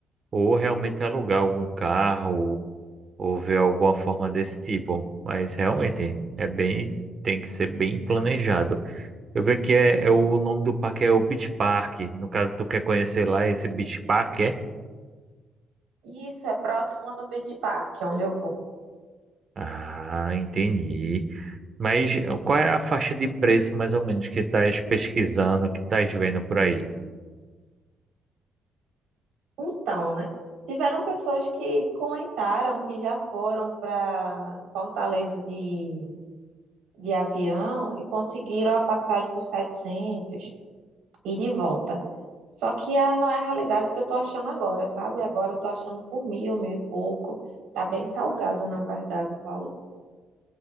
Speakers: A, on the right (about 40°); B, on the right (about 85°).
A: ou realmente alugar algum carro, ou ver alguma forma desse tipo. Mas realmente é bem, tem que ser bem planejado. Eu vi que é, é o nome do parque é o Beach Park. No caso, tu quer conhecer lá esse Beach Park, é?
B: E isso é próximo do Beach Park, onde eu vou.
A: Ah, entendi. Mas eh, qual é a faixa de preço, mais ou menos, que estás pesquisando, que estás vendo por aí?
B: Então, né? Tiveram pessoas que comentaram que já foram para Fortaleza de, de avião e conseguiram a passagem por 700 e de volta. Só que é, não é a realidade que eu tô achando agora, sabe? Agora eu tô achando por mil, mil e pouco. Tá bem salgado, na verdade, o valor.